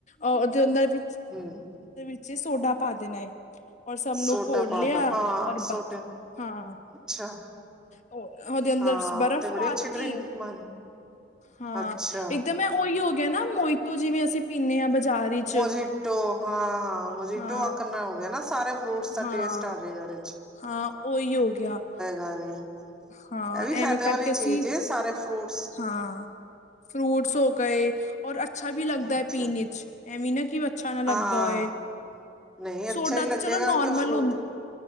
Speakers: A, on the left (about 40°); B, in the centre.
A: ਉਹਦੇ ਅੰਦਰ ਵਿੱਚ
B: ਹਮ।
A: ਉਹਦੇ ਵਿੱਚ ਹੀ ਸੋਡਾ ਪਾ ਦੇਣਾ ਏ। ਔਰ ਸਭ ਨੂੰ
B: ਸੋਡਾ
A: ਘੋਲ
B: ਪਾ
A: ਲਿਆ।
B: ਲੋ ਹਾਂ
A: ਔਰ <unintelligible>
B: ਸੋਡੇ
A: ਹਾਂ।
B: ਅੱਛਾ
A: ਉਹਦੇ ਅੰਦਰ
B: ਹਾਂ
A: ਬਰਫ਼
B: ਤੇ ਬੜੀ
A: ਪਾਤੀ।
B: ਅੱਛੀ ਡਰਿੰਕ ਬਣ
A: ਹਾਂ
B: ਅੱਛਾ
A: ਇਕਦਮ ਹੈ ਉਹੀ ਹੋ ਗਿਆ ਨਾ ਮੋਜ਼ੀਟੋ। ਜਿਵੇਂ ਅਸੀਂ ਪੀਂਨੇ ਹਾਂ ਬਾਜ਼ਾਰ ਵਿਚ
B: ਮੋਜੀਟੋ ਹਾਂ, ਮੋਜੀਟੋ
A: ਹਾਂ
B: ਆਕਰਣਾ ਹੋ ਗਿਆ ਨਾ ਸਾਰੇ ਫਰੂਟਸ ਦਾ
A: ਹਾਂ
B: ਟੇਸਟ ਆ ਜੇ ਗਾ ਆ ਏਹਦੇ ਚ।
A: ਹਾਂ ਓਈ ਹੋ ਗਿਆ।
B: ਹਾਂਜੀ,
A: ਹਾਂ
B: ਏਹ ਵੀ ਫੈਦੇ
A: ਐਵੇਂ ਕਰਕੇ
B: ਵਾਲੀ ਚੀਜ਼
A: ਅਸੀਂ
B: ਐ ਸਾਰੇ ਫਰੂਟਸ
A: ਹਾਂ, ਫਰੂਟਸ ਹੋ ਗਏ ਔਰ ਅੱਛਾ ਵੀ ਲੱਗਦਾ
B: ਅੱਛਾ
A: ਐ ਪੀਣੇ ਚ। ਐਮੀ ਨਾ ਕਿ ਅੱਛਾ ਨਾ ਲੱਗਦਾ
B: ਹਾਂ
A: ਹੋਏ,
B: ਨਹੀਂ ਅੱਛਾ
A: ਸੋਡਾ
B: ਹੀ ਲੱਗੇਗਾ
A: ਤੇ ਚਲੋ ਨੋਰਮਲ
B: ਕਿ ਉਹ ਫਰੂਟ
A: ਹੁੰ